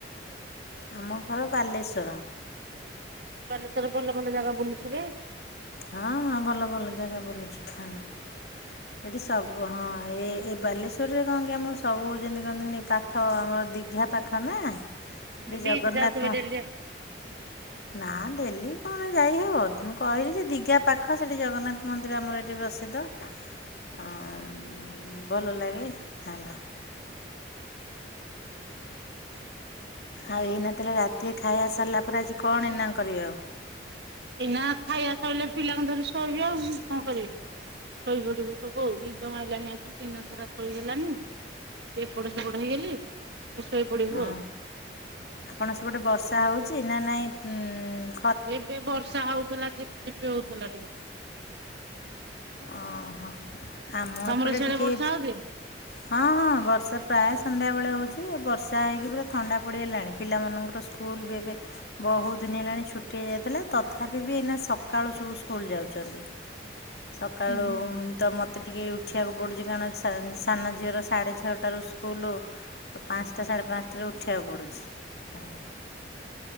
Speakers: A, on the left; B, on the right.
A: ଆମ ଘର ବାଲେଶ୍ଵର।
B: ବାଲେଶ୍ଵର ଭଲ ଭଲ ଜାଗା ବୁଲୁଥିବେ?
A: ହଁ ହଁ ଭଲ ଭଲ ଜାଗା ବୁଲୁଛୁ ହେଲା। ଏଇଠି ସବୁ ହଁ ଏଇ ଏଇ ବାଲେଶ୍ୱରରେ କଣ କି ଆମର ସବୁ ଯେମିତି କହନ୍ତିନି ପାଖ ଆମର ଦିଘା ପାଖ ନା ଏଠି ଜଗନ୍ନାଥ
B: ବ୍ରିଯିଯାଉ ଥିବେ
A: ମ
B: ଡେଲି ଆଉ।
A: ନା ଡେଲି କଣ ଯାଇହେବ ମୁଁ କହିଲି ଯେ ଦିଘା ପାଖ ସେଠି ଜଗନ୍ନାଥ ମନ୍ଦିର ଆମର ଏଠି ପ୍ରସିଦ୍ଧ। ହଁ ଭଲ ଲାଗେ। ହାଲୋ। ଆଉ ଏଇ ନ ତାହେଲେ ରାତିରେ ଖାଇବା ସରିଲା ପରେ ଆଜି କଣ ଇନା କରିବେ ଆଉ?
B: ଏଇନା ଖାଇବା ସଇଲେ ପିଲାଙ୍କୁ ଧରି ଶୋଇବି ଆଉ କଣ କରିବି। ଶୋଇପଡିବୁ ସବୁ ଆଉ ନିଦ ମାଇଲାଣି ଆଜି ଦିନ ସାରା ଶୋଇହେଲାନି ଏପଟ ସେପଡ ହେଇଗଲି। ଶୋଇ ପଡିବୁ
A: ହଁ
B: ଆଉ।
A: ଆପଣ ସେଫଟେ ବର୍ଷା ହଉଛି ନା ନାଇଁ? ହୁଁ।
B: ଏବେ ବର୍ଷା ହଉଥିଲା ଝିପିଝିପି ହଉଥିଲା ଟିକେ।
A: ଓହୋ ଆମ
B: ତମର
A: ଏପଟେ
B: ସିଆଡେ
A: ଟିକେ
B: ବର୍ଷା ହଉଛି?
A: ହଁ ହଁ ବର୍ଷା ପ୍ରାୟ ସନ୍ଧ୍ୟାବେଳେ ହଉଛି। ସ ବର୍ଷା ହୋଇଇକି ପୁରା ଥଣ୍ଡା ପଡ଼ିଗଲାଣି ପିଲାମାନଙ୍କର ସ୍କୁଲ ବି ଏବେ ବହୁତ ଦିନ ହେଲାଣି ଛୁଟି ହେଇଯାଇଥିଲା ତଥାପି ବି ଏଇନା ସକାଳୁ ସବୁ ସ୍କୁଲ ଯାଉଛନ୍ତି। ସକାଳୁ
B: ହୁଁ
A: ତ ମୋତେ ଏତେ ଟିକିଏ ଉଠିବାକୁ ପଡ଼ୁଛି। ସାନ ଝିଅର ସାଢ଼େ ଛଅଟାରୁ ସ୍କୁଲ୍ ତ ପାଞ୍ଚଟା ସାଢ଼େ ପାଞ୍ଚଟାରୁ ଉଠିବାକୁ ପଡ଼ୁଛି ହାଁ।